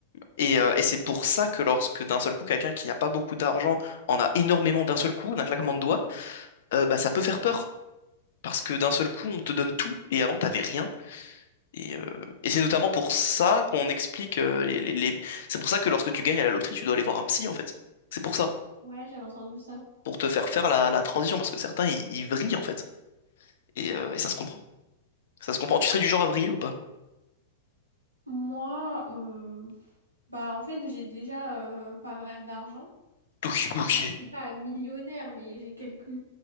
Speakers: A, on the left (about 55°); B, on the right (about 85°).
A: et euh, et c'est pour ça que lorsque d'un seul coup, quelqu'un qui n'a pas beaucoup d'argent en a énormément d'un seul coup, d'un claquement de doigts, euh, bah ça peut faire peur. Parce que d'un seul coup, on te donne tout, et avant, t'avais rien. Et, euh, et c'est notamment pour ça qu'on explique euh, les, les- les- C'est pour ça que lorsque tu gagnes à la loterie, tu dois aller voir un psy, en fait. C'est pour ça.
B: Ouais, j'avais entendu ça.
A: Pour te faire faire la, la transition, parce que certains, ils, ils vrillent, en fait. Et, euh, et ça se comprend. Ça se comprend. Tu serais du genre à vriller ou pas?
B: Moi, euh, bah, en fait, j'ai déjà, euh, pas mal d'argent.
A: Ok, ok,
B: Enfin, je suis pas millionnaire, mais j'ai quelques